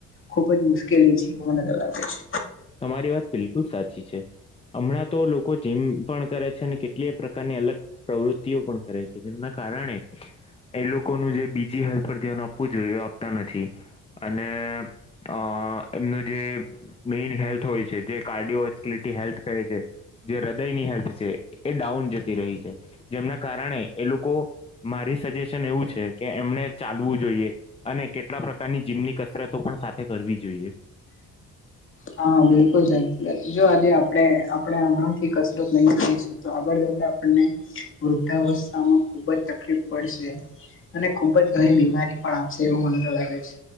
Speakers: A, on the left; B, on the left.
A: ખુબ જ મુશ્કેલી છે, એ મને તો લાગે છે.
B: તમારી વાત બિલકુલ સાચી છે. હમણાં તો લોકો જીમ પણ કરે છે, અને કેટલી પ્રકારની અલગ પ્રવૃત્તિઓ પણ કરે છે, જેમના કારણે એ લોકોનું જે બીજી હાલ પર ધ્યાન આપવું જોઈએ આપતા નથી અને અ એમનું જે મેઈન હેલ્થ હોય છે, જે કાર્ડિયોટી હેલ્થ કહે છે. જે હૃદયની હેલ્થ છે, એ ડાઉન જતી રહી છે, જેમના કારણે એ લોકો મારી સજેશન એવું છે, કે એમને ચાલવું જોઈએ અને કેટલા પ્રકારની જીમની કસરતો પણ સાથે કરવી જોઈએ
A: હા બિલકુલ જો આજે આપણે આપણે હમણાંથી કસરત નહી કરીશ તો આગળ જતા આપણને વૃદ્ધાવસ્થામાં ખુબ જ તકલીફ પડશે અને ખુબ જ ઘણી બીમારી પણ આવશે એવું મનેને લાગે છે,